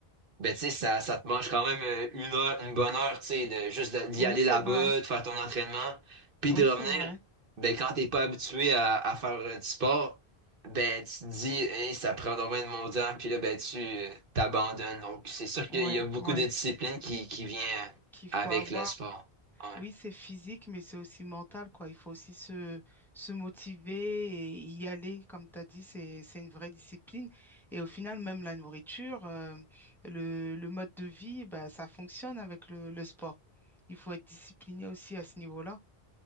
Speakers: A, on the right; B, in the centre.
A: ben tu sais, ça, ça te mange quand même euh, une heure, une bonne heure, tu sais, de juste de- d'y
B: oui,
A: aller
B: c'est
A: là-bas,
B: vrai.
A: de faire ton entraînement, puis
B: Oui,
A: de revenir,
B: c'est vrai.
A: ben quand t'es pas habitué à, à faire euh, du sport, Ben, tu te dis, hey, ça prend donc bien de mon temps, puis là, ben, tu euh, t'abandonnes. Donc, c'est sûr
B: Oui,
A: qu'il y a beaucoup
B: oui.
A: de discipline qui, qui vient euh,
B: Qu'il faut
A: avec
B: avoir.
A: le sport. Ouais.
B: Oui, c'est physique, mais c'est aussi mental, quoi. Il faut aussi se, se motiver et y aller. Comme tu as dit, c'est, c'est une vraie discipline. Et au final, même la nourriture, euh, le, le mode de vie, bah, ça fonctionne avec le, le sport. Il faut être discipliné aussi à ce niveau-là.